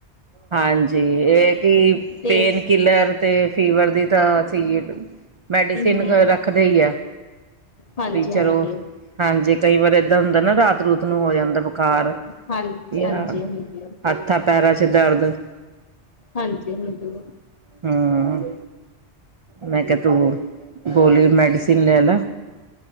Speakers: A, on the right; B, on the left.
A: ਹਾਂਜੀ, ਏ ਕਿ
B: ਤੇ
A: ਪੇਨ ਕਿੱਲਰ 'ਤੇ ਫੀਵਰ ਦੀ ਤਾਂ ਚਾਈਏ ਦੀ ਮੈਡੀਸੀਨ
B: ਹਮ
A: ਰੱਖਦੇ ਈ ਐ,
B: ਹਾਂਜੀ
A: ਵੀ ਚਲੋ
B: ਹਾਂਜੀ
A: ਹਾਂਜੀ, ਕਈ ਵਾਰ ਏਦਾਂ ਹੁੰਦਾ ਨਾ ਰਾਤ ਰੂਤ ਨੂੰ ਹੋ ਜਾਂਦਾ ਬੁਖਾਰ।
B: ਹਾਂ
A: ਜਾ
B: ਹਾਂਜੀ ਹਾਂਜੀ
A: ਹੱਥਾਂ ਪੈਰਾਂ 'ਚ ਦਰਦ।
B: ਹਾਂਜੀ-ਹਾਂਜੀ।
A: ਹੂੰ, ਮੈਂ ਕਿਹਾ ਤੂੰ ਗੋਲੀ ਮੈਡੀਸੀਨ ਲੈ ਲਾ।